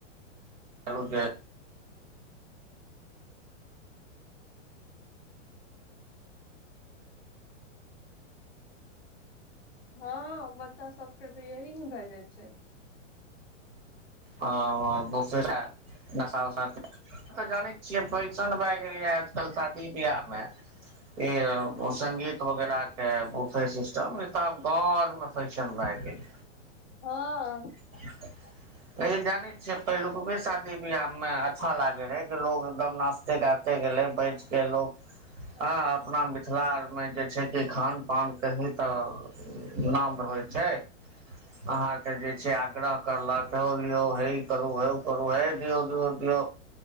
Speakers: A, on the right; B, in the centre.
A: चलू जँ।
B: ह बच्चा सबके तऽ यही नहि भए जाय छै।
A: आ दोसरा नशा-उशा। हम तऽ जानै छियै फैशन भए गेल यै, आजकल शादी- ब्याह में। ए औ संगीत वगेरा कऽ बूफे सिस्टम, ई तऽ आब गांव आओर में। फैशन भए गेल।
B: हँ।
A: <inaudible> लेकिन जानै छिये, पहिलुकबे शादी-बियाह में अच्छा लागै रहे, कऽ लोग एकदम नाच। तऽ गाबते गेले बैठ कऽ लोग। अ अपना मिथिला आर मे जँ छै कऽ खान-पान कहि तऽ। नाम होइ छै, अहाँके जँ। से आग्रह करलक, हौ लियो, हे ई करू, हो उ करु है दियो-दियो-दियो।